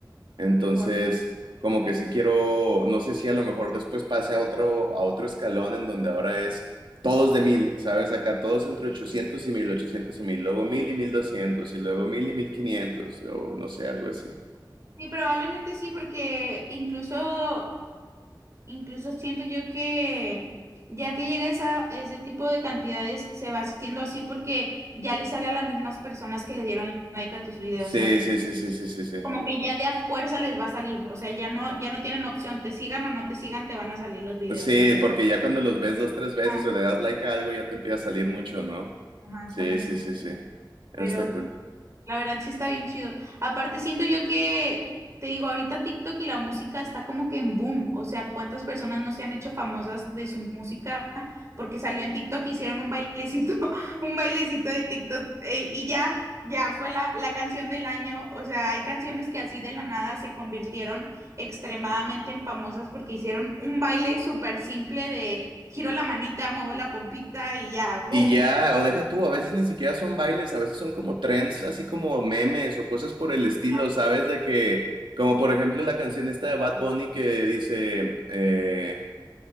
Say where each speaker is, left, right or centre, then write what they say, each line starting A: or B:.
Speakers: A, on the right; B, on the right.
A: Entonces,
B: Guau.
A: como que sí quiero, no sé si a lo mejor después pase a otro, a otro escalón en donde ahora es todos de mil, ¿sabes? Acá todos entre 800 y mil 800 y mil luego 1000 y 1200 y luego 1000 y 1500 o no sé, algo así.
B: Sí, probablemente sí, porque incluso, incluso siento yo que ya que llega esa, ese tipo de cantidades, se va haciendo así porque ya le sale a las mismas personas que le dieron like a tus videos,
A: Sí,
B: ¿sabes?
A: sí,
B: Entonces,
A: sí, sí, sí, sí, sí.
B: como que ya de a fuerza les va a salir, o sea, ya no, ya no tienen opción, te sigan o no te sigan, te van a salir los videos.
A: Sí,
B: Entonces,
A: porque ya cuando los ves dos, tres veces
B: ah,
A: o le das like a algo ya te empieza a salir mucho, ¿no?
B: ajá,
A: Sí,
B: está muy
A: sí,
B: cómodo.
A: sí, sí. Eso
B: Pero
A: está
B: pues,
A: cool.
B: La verdad sí está bien chido. Aparte siento yo que, te digo, ahorita TikTok y la música está como que en boom. O sea, ¿cuántas personas no se han hecho famosas de su música? Porque salió en TikTok, hicieron un bailecito, <laughs> un bailecito de TikTok eh, y ya, ya fue la, la canción del año. O sea, hay canciones que así de la nada se convirtieron extremadamente en famosas porque hicieron un baile súper simple de giro la manita, muevo la pompita y ya, boom.
A: Y ya, o deja tú, a veces ni siquiera son bailes, a veces son como trends, así como memes o cosas por el estilo,
B: Así.
A: ¿sabes? De que, como por ejemplo la canción esta de Bad Bunny que dice, eh,